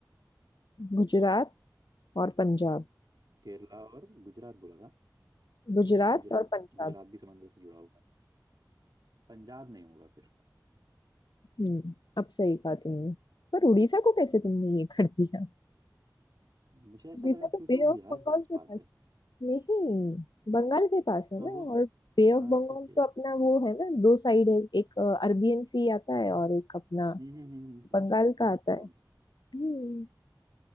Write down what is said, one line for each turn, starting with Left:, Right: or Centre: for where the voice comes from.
Left: गुजरात और पंजाब
Right: केरला और गुजरात बोला था
Left: गुजरात
Right: तो गुजरात
Left: और पंजाब
Right: गुजरात भी समंदर से जुड़ा हुआ है पंजाब नहीं होगा फिर
Left: हम्म अब सही कहा तुमने पर उड़ीसा को कैसे तुमने ये कर दिया
Right: मुझे ऐसा
Left: वीजा
Right: लगा
Left: तो
Right: क्योंकि
Left: बे
Right: वो
Left: ऑफ
Right: बिहार
Left: बंगाल
Right: के आसपास
Left: के पास
Right: है
Left: नहीं बंगाल के पास है
Right: हाँ
Left: ना
Right: हो सकता
Left: और बे ऑफ
Right: हाँ
Left: बंगाल
Right: ठीक है
Left: तो अपना वो है ना दो साइड है एक अरबियन सी आता है और एक अपना
Right: हम्म हम्म हम्म हम्म, समझता
Left: बंगाल
Right: हूँ समझता
Left: का आता है
Right: हूँ उसको।
Left: हम्म